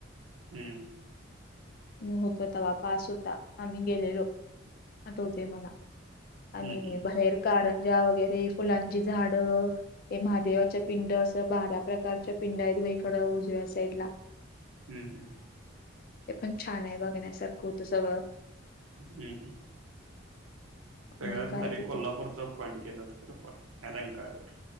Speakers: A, on the right; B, on the left.
A: हम्म,
B: होतो ते वापस होता, आम्ही गेलेलो आठवते मला. आणि
A: हम्म हम्म
B: बाहेर का आहे. ज वगैरे फुलांची झाडं हे महादेवाच्या पिंड असं बारा प्रकारच्या पिंड आहेत. ईकव वजसला
A: हम्म हम्म.
B: ते पण छान आहे बघण्यासारखं होतं सगळं
A: हम्म हम्. सगळ्यात
B: आणि काय
A: भारी
B: तिथं
A: कोल्हापूरच पाणी गेलं रंकाळ्यावर